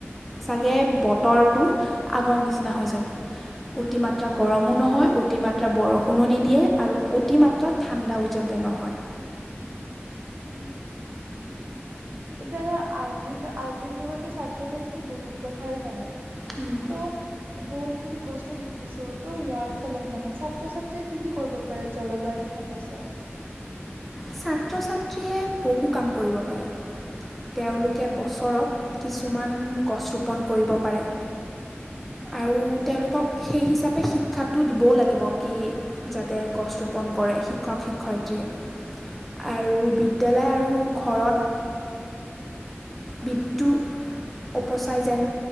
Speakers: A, in the centre; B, on the right.
A: চাগে বতৰটো আগৰ নিচিনা হৈ যাব। অতিমাত্ৰা গৰমো নহয় অতিমাত্ৰা বৰষুণো নিদিয়ে আৰু অতিমা তা ঠাণ্ডাও যাতে নহয়।
B: উম, এতিয়া ধৰা আজি আজিৰ যুগতো ছাত্ৰ-ছাত্ৰী বহুত কথাই জানে।
A: উম,
B: <unintelligible> বহুত খিনি বস্তু শিকিছো ত' ইয়াৰ ফলত মানে ছা ত্ৰ-ছাত্ৰীয়ে কি কি কৰিব পাৰে জলবায়ুৰ সমস্যাত?
A: ছাত্ৰ-ছাত্ৰীয়ে বহু কাম কৰিব পাৰে, তেওঁলোকে
B: উম,
A: ওচৰত কিছুমান গছ ৰোপণ কৰিব পাৰে। আৰু তেওঁলোকক সেই হিচাপে শিক্ষাটো দিবও লাগিব কি যাতে গছ ৰোপন কৰে শিক্ষক শিক্ষয়িত্ৰীয়ে। আৰু বিদ্যালয় আৰু ঘৰত বিদ্যু উপচাই যেন